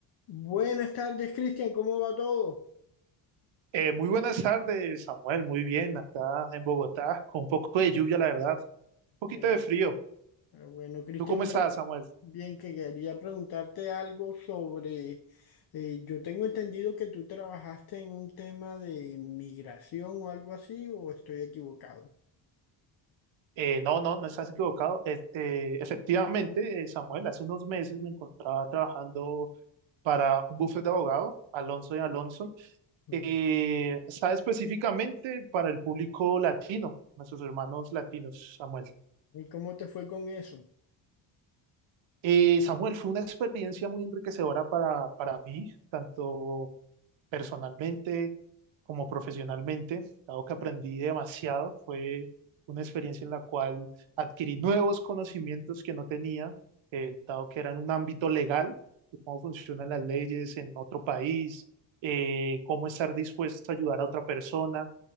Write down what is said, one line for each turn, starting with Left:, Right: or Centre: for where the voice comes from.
Left: Buenas tardes, Cristian, ¿cómo va todo?
Right: Eh, muy buenas tardes, Samuel. Muy bien, acá en Bogotá, con un poco de lluvia, la verdad. Un poquito
Left: Eh,
Right: de frío.
Left: eh, bueno, Cristian,
Right: ¿Tú cómo
Left: una
Right: estás, Samuel?
Left: bien que quería preguntarte algo sobre, eh, yo tengo entendido que tú trabajaste en un tema de migración o algo así, o estoy equivocado.
Right: Eh, no, no, no estás equivocado. Es- eh, efectivamente, eh, Samuel, hace unos meses me encontraba trabajando para un bufete de abogado, Alonso y Alonso.
Left: Mm.
Right: Eh, está específicamente para el público latino, nuestros hermanos latinos, Samuel.
Left: ¿Y cómo te fue con eso?
Right: Eh, Samuel, fue una experiencia muy enriquecedora para, para mí, tanto personalmente como profesionalmente, dado que aprendí demasiado, fue una experiencia en la cual adquirí nuevos conocimientos que no tenía, eh, dado que era en un ámbito legal, de cómo funcionan las leyes en otro país, eh, cómo estar dispuesto a ayudar a otra persona,